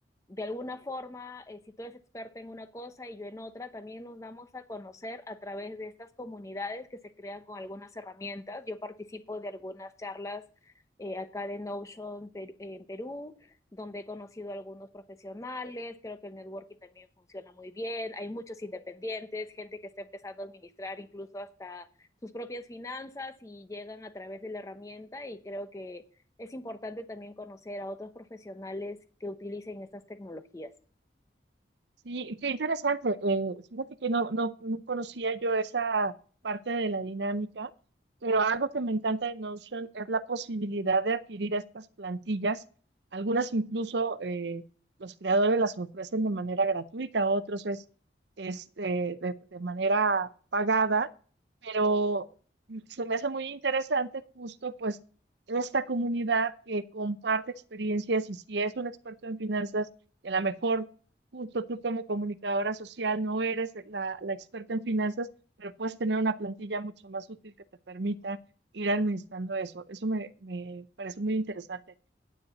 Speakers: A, on the left; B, on the right.
A: de alguna forma, eh, si tú eres experta en una cosa y yo en otra, también nos damos a conocer a través de estas comunidades que se crean con algunas herramientas. Yo participo de algunas charlas eh, acá de Notion per en Perú, donde he conocido a algunos profesionales, creo que el networking también funciona muy bien, hay muchos independientes, gente que está empezando a administrar incluso hasta sus propias finanzas y llegan a través de la herramienta y creo que es importante también conocer a otros profesionales que utilicen estas tecnologías.
B: Sí, qué interesante. Eh, fíjate que no, no, no conocía yo esa parte de la dinámica, pero algo que me encanta de Notion es la posibilidad de adquirir estas plantillas. Algunas incluso eh, los creadores las ofrecen de manera gratuita, otros es, es eh, de, de manera pagada, pero se me hace muy interesante justo pues esta comunidad que comparte experiencias y si es un experto en finanzas, y a lo mejor Justo tú como comunicadora social no eres la, la experta en finanzas, pero puedes tener una plantilla mucho más útil que te permita ir administrando eso. Eso me, me parece muy interesante.